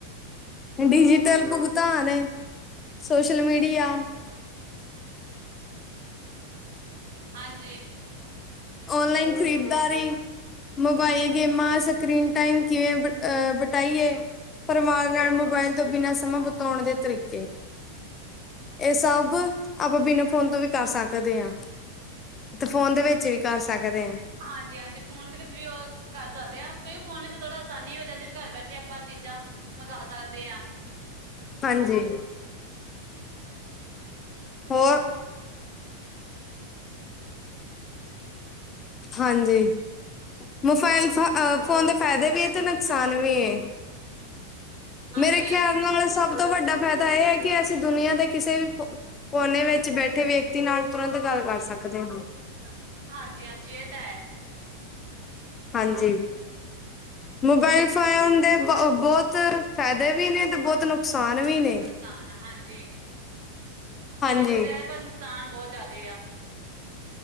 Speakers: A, on the left; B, on the right.
A: ਡਿਜੀ਼ਟਲ ਭੁਗਤਾਨ ਸੋਸ਼ਲ ਮੀੜੀਆ
B: ਹਾਂਜੀ।
A: ਓਨਲਾਈਨ ਖਰੀਦਦਾਰੀ ਮੋਬਾਇਲ ਗੇਮਾਂ ਸਕਰੀਨ ਟਾਈਮ ਕਿਵੇਂ ਬ ਅ, ਬਟਾਈਏ? ਪਰਮਾਰ ਨਾਲ ਮੋਬਾਇਲ ਤੋਂ ਬਿਨਾਂ ਸਮਾਂ ਬਤਾਓਣ ਦੇ ਤਰੀਕੇ। ਏ ਸਾਬ, ਆਪਾਂ ਬਿਨਾਂ ਫੋਨ ਤੋਂ ਵੀ ਕਰ ਸਕਦੇ ਆ। ਤੇ ਫੋਨ ਦੇ ਵੇਚ ਵੀ ਕਰ ਸਕਦੇ ਆਂ।
B: ਹਾਂਜੀ, ਹਾਂਜੀ ਫੋਨ ਦੇ ਵਿੱਚ ਵੀ ਓ ਕਰ ਸਾਕਦੇ ਆ, ਕਈ ਫੋਨ ਵਿੱਚ ਥੋੜਾ ਆਸਾਨੀ ਹੋ ਜਾਂਦੀ, ਵੀ ਘਰ ਬੈਠੇ ਆਪਾਂ ਚੀਜ਼ਾਂ, ਮੰਗਾ ਸਾਕਦੇ ਆਂ।
A: ਹਾਂਜੀ। ਹੋਰ? ਹਾਂਜੀ, ਮੋਫਾਇਲ ਫ ਅ ਫੋਨ ਦੇ ਫ਼ਾਇਦੇ ਵੀ ਏ ਤੇ ਨੁਕਸਾਨ ਵੀ ਏ।
B: ਹਾਂਜੀ
A: ਮੇਰੇ
B: ਹਾਂ
A: ਖੇਆਲ ਨਾਲ਼ ਸਬ ਤੋਂ ਵੱਡਾ ਫੈਦਾ ਐ ਏ ਕਿ ਅਸੀਂ ਦੁਨੀਆਂ ਦੇ ਕਿਸੇ ਵੀ ਫ ਕੋਨੇ ਵਿੱਚ ਬੈਠੇ ਵਿਅਕਤੀ ਨਾਲ ਤੁਰੰਤ ਗੱਲ ਕਾਰ ਸਕਦੇ ਆਂ।
B: ਅ ਹਾਂਜੀ, ਹਾਂਜੀ ਏ ਤਾਂ ਹੈ।
A: ਹਾਂਜੀ। ਮੋਬਾਇਲ ਫੋਅਐਨ ਦੇ ਬ ਬੋਤ ਫੈਦੇ ਵੀ ਨੇ ਤੇ ਬੋਤ ਨੁ ਨੁਕਸਾਨ ਵੀ ਨੇ।
B: ਨੁਕਸਾਨ ਆ, ਹਾਂਜੀ
A: ਹਾਂਜੀ
B: ਫਾਏਦੇ ਤੇ ਹੈ ਪਨ ਨੁਕਸਾਨ ਬੋਤ ਜ਼ਿਆਦੇ ਆ।